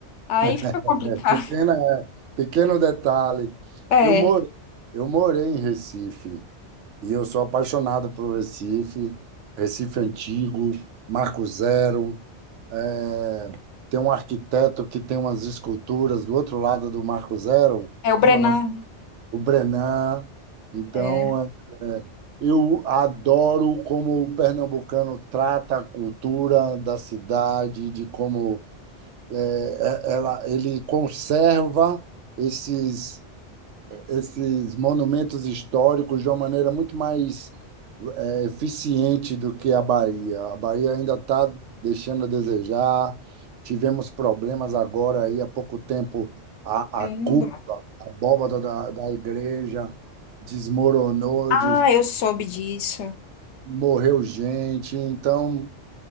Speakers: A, on the left; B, on the right.
A: Aí
B: <laughs>
A: fica complicado.
B: pequena,
A: <laughs>
B: é, pequeno detalhe.
A: É,
B: Eu moro, eu morei em Recife e eu sou apaixonado por Recife, Recife antigo, Marco Zero. É, tem um arquiteto que tem umas esculturas do outro lado do Marco Zero,
A: é o
B: como
A: Brenan.
B: é o nome? O Brenan. Então,
A: É,
B: é, eu adoro como o pernambucano trata a cultura da cidade, de como é, é, ela, ele conserva esses, esses monumentos históricos de uma maneira muito mais é, eficiente do que a Bahia. A Bahia ainda está deixando a desejar. Tivemos problemas agora aí há pouco tempo a,
A: caramba.
B: a cúpula, a abóbada da, da igreja desmoronou,
A: Ah,
B: de,
A: eu soube disso.
B: morreu gente. Então